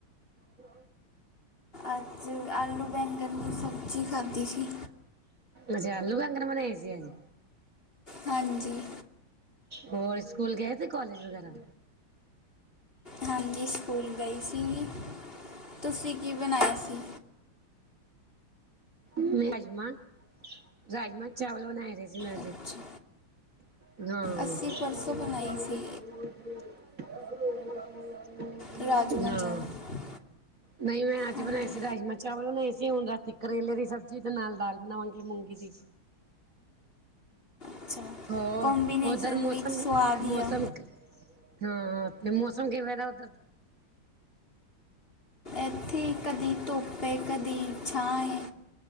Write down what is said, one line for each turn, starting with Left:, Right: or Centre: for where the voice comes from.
Right: ਚ
Left: ਅੱਜ ਆਲੂ ਬੈਂਗਨ ਦੀ ਸਬਜ਼ੀ ਖਾਧੀ ਸੀ।
Right: ਅੱਛਾ ਆਲੂ ਬਗਣ ਬਾਣੀਆ ਏ ਸੀ ਅੱਜ
Left: ਹਾਂਜੀ,
Right: ਹੋਰ ਸਕੂਲ ਗਏ ਤੇ ਕਾਲਜ ਵਗੈਰਾ।
Left: ਹਾਂਜੀ ਸਕੂਲ ਗਈ ਸੀ ਤੁਸੀਂ ਕੀ ਬਣਾਇਆ ਸੀ।
Right: ਮੈਂ ਅੱਜ ਮਾਂ ਰਾਜਮਾਂ ਚਾਵਲ ਬਣਾਏ ਰਹੇ ਸੀ ਮੈਂ ਅੱਜ
Left: ਅੱਛਾ,
Right: ਹਾਂ।
Left: ਅਸੀਂ ਪਰਸੋਂ ਬਣਾਈ ਸੀ, ਰਜਮਾ
Right: ਹਾਂ
Left: ਚਾਵਲ
Right: ਨਹੀਂ ਮੈਂ ਅੱਜ
Left: ਹਾਂਜੀ।
Right: ਬਣਾਏ ਸੀ ਰਾਜਮਾਂ ਚਾਵਲ ਬਣਾਏ ਸੀ ਹੁਣ ਰਾਤੀ ਕਰੇਲੇ ਦੀ। ਸਬਜ਼ੀ ਦੇ ਨਾਲ ਦਾਲ ਬਣਾਵਾਂਗੇ ਮੂੰਗੀ ਦੀ।
Left: ਅੱਛਾ
Right: ਹੋਰ
Left: ਕੰਬੀਨੇਸ਼ਨ
Right: ਉਧਰ ਮੌਸਮ
Left: ਵਿੱਚ ਸਵਾਦ ਹੀ
Right: ਮੌਸਮ
Left: ਆ
Right: ਹਾਂ ਤੇ ਮੌਸਮ ਕਿ ਵੈ ਦਾ ਉਧਰ।
Left: ਇੱਥੇ ਕਦੀ ਧੁੱਪ ਹੈ ਕਦੀ ਛਾਂ ਹੈ।